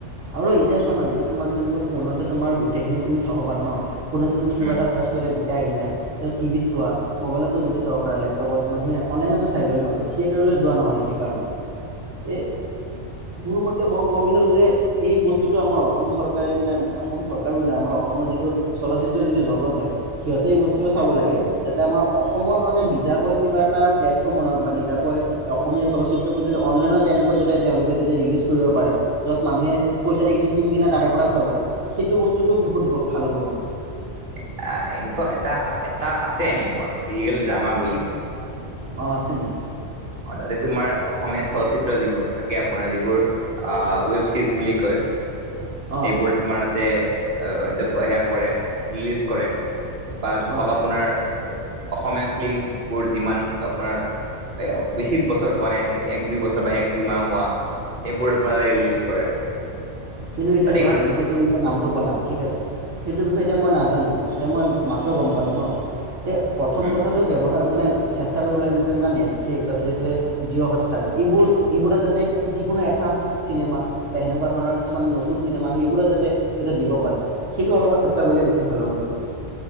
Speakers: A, on the right; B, on the right.
A: আৰু এতিয়া চোৱা না এতিয়া তোমাৰ তেনেকুৱা ফোনতে তোমাৰ গোটেইখিনি তুমি চাব পাৰা ন। ফোনতে তুমি কিবা
B: উম
A: এটা চাৰ্চ কৰিলে। আহি যায় ত টিভিত চোৱা মোবাইলতো গোটেই চাব পাৰা লেপটপত মানুহে অনলাইনতো চাই লয় ন থিয়েটাৰ। তো যোৱা নহয় সেইকাৰণে এ মোৰ তে মই ক'ব বিচাৰো যে এই বস্তুতটো আমাৰ অসম চৰকাৰে মানে অসম চৰকাৰ বোলা নাই আমাৰ অসমৰ যিটো। চলচিত্ৰ যিটো জগত হয় সিহঁতে এই বস্তুটো চাব লাগে যাতে আমাৰ অসমৰ কাৰণে নিজাকৈ কিবা এটা। প্লেটফৰ্ম বনাওক বা নিজাকৈ অসমীয়া চলচিত্ৰবোৰ যাতে অনলাইনত তেনেকৈ যদি তেওঁলোকে যদি ৰিলিজ। কৰিব পাৰে য'ত মানুহে পইচা দি কিনে কিনি কিনে তাৰে পৰা চাব সেইটো বস্তুতটো বহুত ভাল হ'ব।
B: <inaudible>
A: কিন্তু
B: এক এটা এটা আছে এনেকুৱা ৰিয়েল ড্ৰামা বুলি।
A: অ আছে নেকি?
B: অ তাতে তোমাৰ অসমীয়া চলচিত্ৰ যোৰ থাকে আপোনাৰ যিবোৰ অ ৱেব ছিজ বুলি কয়। <inaudible> সেইবোৰ
A: অ
B: তোমাৰ তাতে সেয়া কৰে ৰিলিজ কৰে। বা ধৰক
A: অ
B: আপোনাৰ অসমীয়া ফিল্ম বোৰ যিমান আপোনাৰ এ বেছি বছৰ হোৱা নাই তিনি এক দুই বছৰ বা এক দুই মাহ হোৱা। এইবোৰ পৰাই ৰিলিজ কৰে।
A: কিন্তু এতিয়া
B: তাতে
A: চোৱা
B: ইমান
A: যেনেকৈ তুমি এতিয়া নামটো কলা ঠিক আছে সেইটো বিষয়ে এতিয়া মই নাজা নাজানো এতিয়া মই মাত্ৰ গম পালোঁ ন এতিয়া প্ৰথম
B: উম
A: কথাটো ব্যৱহাৰ মানে। চেষ্টা কৰিব লাগে যতে তেনেুৱা নেটফ্লিক্স তাৰপিছত এইফালে জিঅ'হষ্টাৰ এইবোৰ এইবোৰত যাতে যিকোনো এপ। চিনেমা বা সেনেকুৱা ধৰণৰ। মানে নতুন চিনেমা সেইবোৰত যাতে দিব পাৰে সেইটো অলপমান চেষ্টা কৰিলে বেছি ভাল হ'ব নেকি।